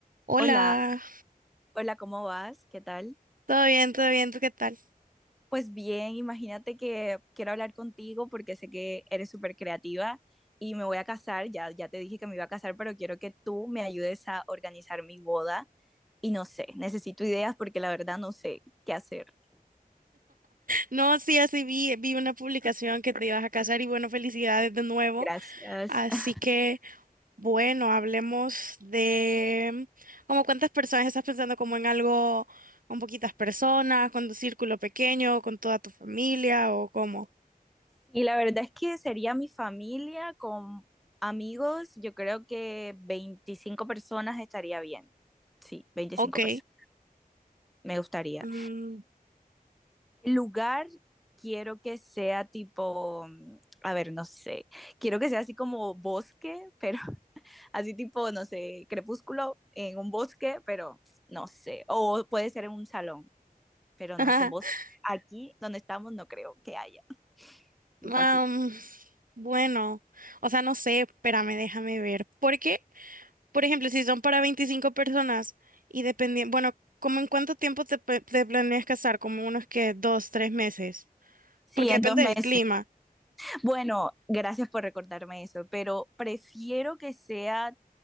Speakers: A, on the right; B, in the centre.
A: Hola,
B: Hola, hola, ¿cómo vas? ¿Qué tal?
A: todo bien, todo bien, ¿tú qué tal?
B: Pues bien, imagínate que quiero hablar contigo porque sé que eres súper creativa y me voy a casar, ya, ya te dije que me iba a casar, pero quiero que tú me ayudes a organizar mi boda y no sé, necesito ideas porque la verdad no sé qué hacer.
A: No, sí, así vi, vi una publicación que te ibas a casar y bueno, felicidades de nuevo.
B: Gracias.
A: Así
B: <laughs>
A: que, bueno, hablemos de como cuántas personas estás pensando como en algo con poquitas personas, con tu círculo pequeño, con toda tu familia o cómo.
B: Y la verdad es que sería mi familia con amigos, yo creo que 25 personas estaría bien. Sí, veinticinco
A: Ok.
B: personas, me gustaría.
A: mm,
B: El lugar quiero que sea tipo, a ver, no sé, quiero que sea así como bosque, pero <laughs> así tipo, no sé, crepúsculo en un bosque, pero no sé, o puede ser en un salón, pero
A: <laughs>
B: no sé, bosque. Aquí donde estamos no creo que haya, tipo
A: am,
B: así.
A: bueno, o sea, no sé, espérame, déjame ver. porque Por ejemplo, si son para 25 personas y dependiendo, bueno, ¿como en cuánto tiempo te, pe- te planeas casar? Como unos que dos, tres meses,
B: Sí,
A: porque
B: en
A: depende
B: dos meses.
A: del clima.
B: Bueno, gracias por recordarme eso, pero prefiero que sea